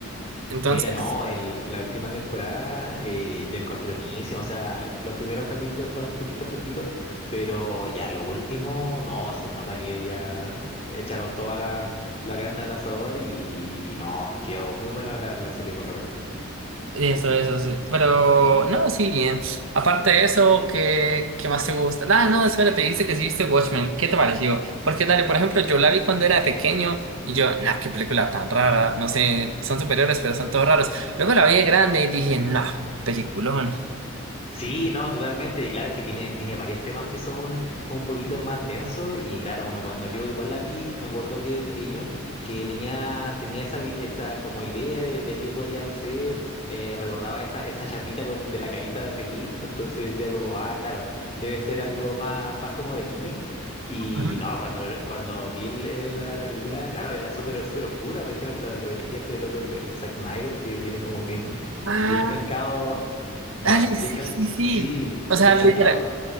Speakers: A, on the right (about 75°); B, on the left (about 30°).
A: Entonces.
B: Mira, no, el, la última temporada eh, yo encontré buenísimo, o sea, los primeros capítulos estaban un poquito flojitos, pero ya lo último, no, se nota que ya echaron toda la, la carne al asador y, no, quedó muy buena la, la serie por lo menos.
A: Eso, eso, sí. Pero, no, sí, bien. Aparte de eso, ¿qué, qué más te gusta? Ah, no, espérate, dijiste que sí viste Watchmen. ¿Qué te pareció? Porque, dale, por ejemplo, yo la vi cuando era pequeño y yo, nah, qué película tan rara. No sé, son superiores, pero son todos raros. Luego la vi de grande y dije, nah, peliculón.
B: Sí, no, totalmente. Y claro, es que tiene, tiene varios temas que son un poquito más densos. Y claro, uno cuando yo igual la vi, me acuerdo que de pequeño, que tenía, tenía esa, vi- esa como idea de, de qué podrían ser. eh, recordaba esa, esa chapita con- de la carita de feliz. Entonces decía como, ah, claro, debe ser algo más, más como de niño. Y
A: Ajá.
B: no, cuando, cuando vi el- el- la, la película, claro, era súper, súper oscura. Me encima que lo, lo dirigía este loco, el, el Zack Snyder, que tiene como bien,
A: Ah,
B: bien calcado
A: dale,
B: Va- bien
A: sí,
B: cal-
A: sí, sí.
B: sí,
A: O sea,
B: bien
A: literal,
B: calcado.